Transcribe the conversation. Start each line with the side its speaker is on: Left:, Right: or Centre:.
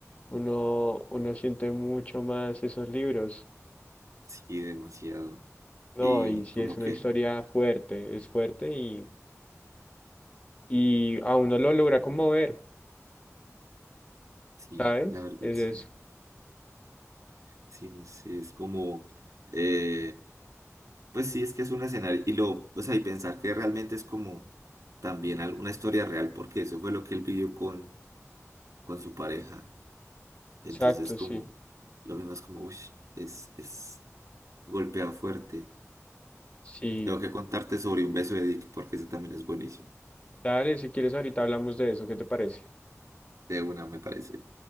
Left: uno, uno siente mucho más esos libros,
Right: Sí, demasiado.
Left: ¿no?
Right: Y
Left: Y si
Right: como
Left: es una
Right: que,
Left: historia fuerte, es fuerte y, y a uno lo logra conmover,
Right: sí,
Left: ¿sabes?
Right: la verdad,
Left: Es
Right: sí.
Left: eso.
Right: Sí, no sé, es como, eh, pues sí, es que es un escenario. Y lo, o sea, y pensar que realmente es como también al- una historia real, porque eso fue lo que él vivió con con su pareja. Entonces,
Left: Exacto,
Right: como,
Left: sí.
Right: lo mismo es como, uy, es, es golpea fuerte.
Left: Sí.
Right: Tengo que contarte sobre un beso de Dick porque ese también es buenísimo.
Left: Dale, si quieres ahorita hablamos de eso, ¿qué te parece?
Right: De una, me parece.